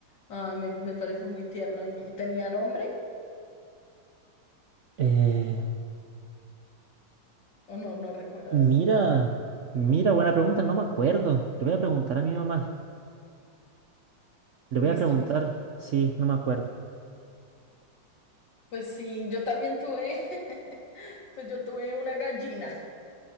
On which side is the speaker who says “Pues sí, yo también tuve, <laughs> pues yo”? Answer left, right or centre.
Left